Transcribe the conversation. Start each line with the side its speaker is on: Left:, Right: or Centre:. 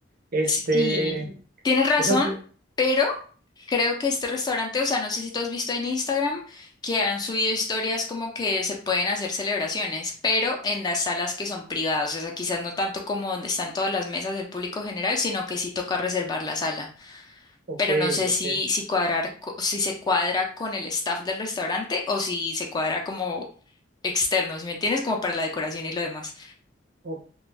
Right: Este.
Left: Sí, tienes razón,
Right: Por ejemplo,
Left: pero creo que este restaurante, o sea, no sé si tú has visto en Instagram que han subido historias como que se pueden hacer celebraciones, pero en las salas que son privadas, o sea, quizás no tanto como donde están todas las mesas del público general, sino que sí toca reservar la sala.
Right: ok,
Left: pero no sé si,
Right: ok,
Left: si cuadrar, co- si se cuadra con el staff del restaurante o si se cuadra como externo, si me entiendes? Como para la decoración y lo demás.
Right: ok,